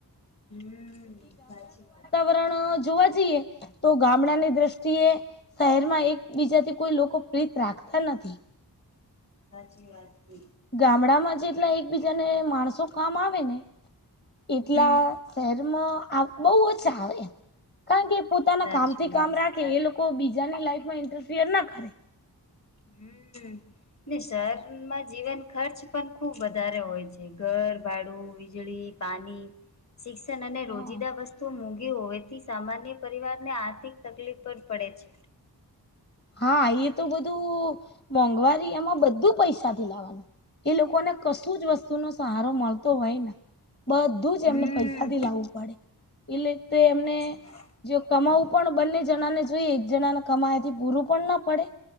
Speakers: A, on the left (about 45°); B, on the left (about 25°).
A: હમ, સાચી વાત.
B: વાવરણ જોવા જઈએ. તો ગામડાની દ્રષ્ટિએ શહેર માં એકબીજાથી કોઈ લોકો પ્રીત રાખતા નથી.
A: સાચી વાત છે.
B: ગામડામાં જેટલા એકબીજાને માણસો કામ આવે ને એટલા
A: હમ
B: શહેરમાં બહુ ઓછા આવે, કારણ કે પોતાના
A: સાચી
B: કામથી
A: વાત
B: કામ રાખે એ લોકો. કોઈ બીજાની લાઈફમાં ઇન્ટરફિયર ના કરે.
A: હમ. ને શરમાં જીવન ખર્ચ પણ ખુબ વધારે હોય છે, ઘર ભાડું, વીજળી પાની શિક્ષણ અને
B: હા.
A: રોજીદા વસ્તુ. મોંધી હોવેથી સામાન્ય પરિવાર ને, આર્થિક તકલીફ પણ પડે છે.
B: હા, એ તો બધું મોંઘવારી એમાં બધું પૈસા થી લાવવાનું. એ લોકોને કશું જ વસ્તુનો સહારો મળતો હોય ને. બધું જ
A: હમ
B: એમને પૈસાથી લાવું પડે, એટલે તે એમને
A: સાચી વાત
B: જો કમાવું પણ બંને જણાને જોઈએ, એક જણાને કમાયથી. પૂરું પણ ના પડે,